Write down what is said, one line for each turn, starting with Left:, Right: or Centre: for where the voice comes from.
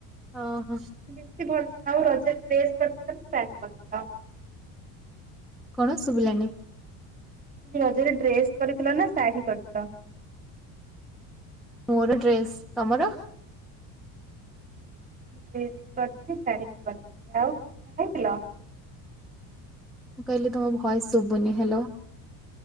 Centre: ଓହୋ
Right: ବେଶୀ ଭଲ। ଆଉ ରଜ ଡ୍ରେସ କରି <unintelligible>
Centre: କଣ ଶୁଭିଲାନି?
Right: ଏ ରଜରେ ଡ୍ରେସ କରିଥିଲ ନା ଶାଢ଼ୀ କରିଥିଲ?
Centre: ମୋର ଡ୍ରେସ୍। ତମର?
Right: ମୁଁ ଡ୍ରେସ ବି କରିଥିଲି, ଶାଢୀ ବି କରିଥିଲି। ଆଉ ପିଠା ଖାଇଥିଲ?
Centre: ମୁଁ କହିଲି ତୁମ ଭଏସ ଶୁଭୁନି। ହ୍ୟାଲୋ।